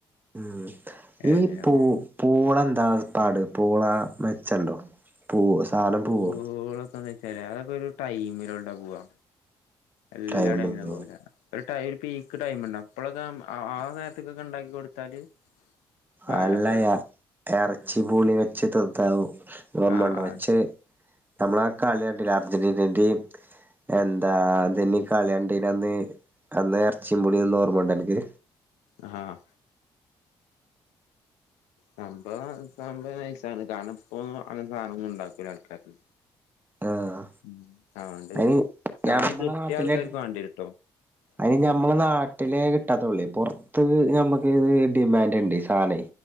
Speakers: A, on the right (about 15°); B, on the left (about 85°).
A: ഉം
B: ഏതായാലും
A: ഈ പൂ പൂള എന്താ പാട് പൂള മെച്ചണ്ടോ പൂ സാധനം
B: പൂളക്കെന്ന്
A: പൂവോ
B: വെച്ചാല് അതൊക്കെ ഒരു ടൈമിലൊൾടാ പോവാ എല്ലാടൈമിനും
A: ടൈമിന്
B: പോവൂലാ ഒരു ടൈ ഒരു പീക്ക് ടൈമ്ണ്ട് അപ്പളക്കെ ആഹ് ആഹ് നേരത്ത്ക്കൊക്കെ ഇണ്ടാക്കി കൊടുത്താല് ഉപകാരപ്പെടും
A: അല്ലയാ എറച്ചിപൂളി വെച്ച് തിന്നാവു ഓർമ്മൊണ്ടോ
B: ആഹ്
A: എച്ച് നമ്മളാ കളി കണ്ടില്ലെ അർജന്റീനന്റിം എന്താ അതിന് കളിയണ്ടീനന്ന് അന്ന് എറച്ചിം പൂളിന്ന ഓർമ്മണ്ട അൻക്ക്
B: ആഹ് സംഭവം സംഭവം നൈസാണ് കാരണം ഇപ്പോന്നും അങ്ങൻത്തെ സാനൊന്നും ഇണ്ടാക്കൂലാ ആൾക്കാര്
A: ആഹ്
B: ഉം അതോണ്ട്
A: അയിന്
B: സാനം
A: ഞമ്മളെ
B: കിട്ടിയാ
A: നാട്ടിലെ
B: ആൾക്കാർക്ക് വാണ്ടിയരും.
A: അയിന് ഞമ്മളെ നാട്ടിലേ കിട്ടാത്തുള്ളെ പൊർത്ത് ഞമ്മക്ക് ഇത് ഡിമാൻഡ് ഇണ്ടേ സാനെ.